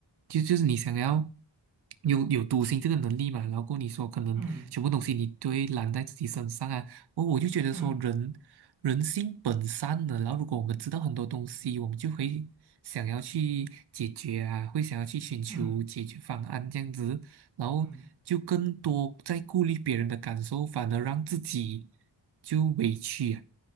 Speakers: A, on the right; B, on the right.
A: 就就是你想要有有独行这个能力嘛，然后过后你说可能全部东西你都会揽在自己身上啊，
B: 嗯
A: 我我就觉得说人人性本善的，
B: 嗯
A: 然后如果我们知道很多东西，我们就会想要去解决啊，会想要去寻求解决方案这样子。
B: 嗯
A: 然后就更多在顾虑别人的感受，
B: 嗯
A: 反而让自己就委屈啊。